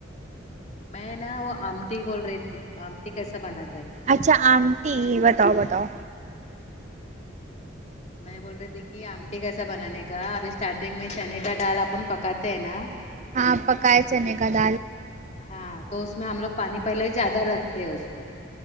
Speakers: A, on the left; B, on the right.
A: میں نا وہ آمٹی بول رہی تھی آمٹی کیسا بناتے ہے
B: اچھا آمٹی بتاؤ بتاؤ
A: میں بول رہی تھی کہ آمٹی کیسا بنانے کا ابھی اسٹارٹنگ میں چنے کا ڈال اب اپن پکاتے ہیں نا
B: ہاں پکاںے چنے کا دال
A: ہاں تو اس میں ہم لوگ پانی پہلے ہی زیادہ رکھتے ہیں اس کو